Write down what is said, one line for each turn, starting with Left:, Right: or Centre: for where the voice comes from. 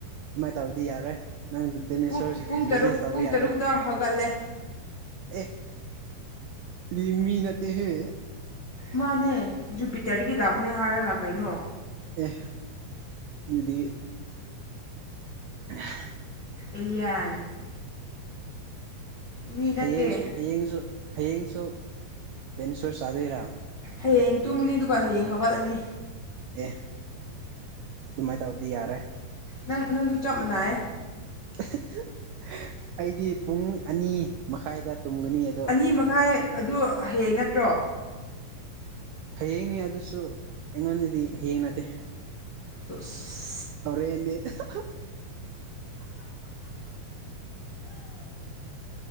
Right: ꯑꯗꯨꯃꯥꯏꯅ ꯇꯧꯔꯗꯤ ꯌꯥꯔꯣꯏ ꯅꯪ ꯗꯤꯅꯦꯁꯣꯔ
Left: ꯄꯨꯡ ꯄꯨꯡ
Right: ꯕꯤꯖꯤꯅꯦꯁ
Left: ꯇꯔꯨꯛ
Right: ꯇꯧꯕ
Left: ꯄꯨꯡ
Right: ꯌꯥꯔꯣꯏ
Left: ꯇꯔꯨꯛꯇ ꯍꯧꯒꯠꯂꯦ
Right: ꯑꯦ ꯗꯨꯗꯤꯃꯤꯅꯠꯇꯦ ꯍꯦ
Left: ꯃꯥꯅꯦ ꯖꯨꯄꯤꯇꯔꯗꯒꯤ ꯂꯥꯛꯄꯅꯦ ꯍꯥꯏꯔꯒ ꯀꯩꯅꯣ
Right: ꯑꯦ ꯑꯗꯨꯗꯤ <inaudible>
Left: ꯏꯟꯗꯤꯌꯟ ꯃꯤ ꯅꯠꯇꯦ
Right: ꯍꯌꯦꯡ ꯍꯌꯦꯡꯁꯨ ꯍꯌꯦꯡꯁꯨ ꯗꯦꯅꯦꯁꯣꯔ ꯁꯥꯗꯣꯏꯔꯥ
Left: ꯍꯌꯦꯡ ꯇꯨꯝꯃꯅꯤ ꯑꯗꯨꯒ ꯍꯌꯦꯡ ꯍꯧꯒꯠꯂꯅꯤ
Right: ꯑꯦ ꯗꯨꯃꯥꯏ ꯇꯧꯔꯗꯤ ꯌꯥꯔꯣꯏ
Left: ꯅꯪ ꯅꯪꯁꯨ ꯆꯞ ꯃꯥꯟꯅꯌꯦ
Right: ꯑꯦ ꯍꯦ ꯍꯦ ꯑꯩꯗꯤ ꯄꯨꯡ ꯑꯅꯤ ꯃꯈꯥꯏꯗ ꯇꯨꯝꯒꯅꯤ ꯑꯗꯣ
Left: ꯑꯅꯤ ꯃꯈꯥꯏ ꯑꯗꯨ ꯍꯌꯦꯡ ꯅꯠꯇ꯭ꯔꯣ
Right: ꯍꯌꯦꯡꯅꯤ ꯑꯗꯨꯁꯨ ꯑꯩꯉꯣꯟꯗꯗꯤ ꯍꯌꯦꯡ ꯅꯠꯇꯦ
Left: ꯇꯣꯁ
Right: ꯑꯣꯔꯦꯟꯗꯤ ꯑꯥ ꯍꯥ ꯍꯥ